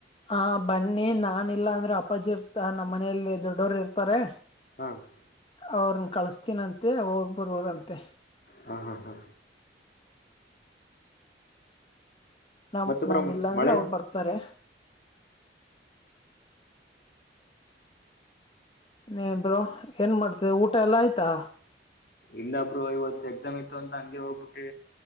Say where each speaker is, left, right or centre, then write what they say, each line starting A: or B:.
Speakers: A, on the left; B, on the left.
A: ಹ ಬನ್ನಿ ನಾನ ಇಲ್ಲಾ ಅಂದ್ರೆ ಅಪ್ಪಾಜಿ ಇರ್ತ ನಮ್ಮ ಮನೇಲಿ ದೊಡ್ಡೋರು ಇರ್ತಾರೆ. <unintelligible>
B: ಹಾ. <unintelligible>
A: ಅವ್ರನ್ನ ಕಳಸ್ತನಂತೆ ಹೋಗ್ ಬರೋರಂತೆ
B: ಹಾ ಹಾ ಹಾ
A: ನಮ
B: ಮತ್ತೆ ಬ್ರೋ
A: ನಾನ್ ಇಲ್ಲಾಂದ್ರೆ
B: ಮಳೆ
A: ಅವರು ಬರ್ತಾರೆ ಇನೆನ್ ಬ್ರೋ ಏನ್ ಮಾಡ್ತಿದೆ ಊಟ ಎಲ್ಲ ಆಯ್ತಾ
B: ಇಲ್ಲ ಬ್ರೋ ಇವತ್ತು ಎಕ್ಸಾಮ್ ಇತ್ತು ಅಂತ ಹಂಗೆ ಹೋಗ್ಬಿಟ್ಟಿ